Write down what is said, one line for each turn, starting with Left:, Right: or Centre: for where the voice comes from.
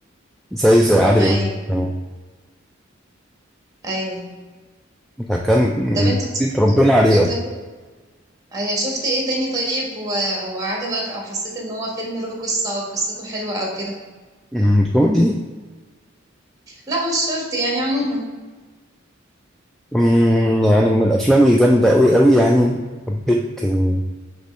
Centre: زيه زي عادل
Right: ايوه
Centre: امام
Right: ايوه
Centre: ده كان
Right: طب انت
Centre: ربنا عليه اصلا
Right: طيب ايوه شفت ايه تاني طيب و... وعجبك او حسيت ان هو فيلم له قصة او قصته حلوة او كده
Centre: أمم، كوميدي
Right: لا مش شرط يعني عموما
Centre: أمم، يعني من الافلام الجامدة قوي قوي يعني حبيت آه،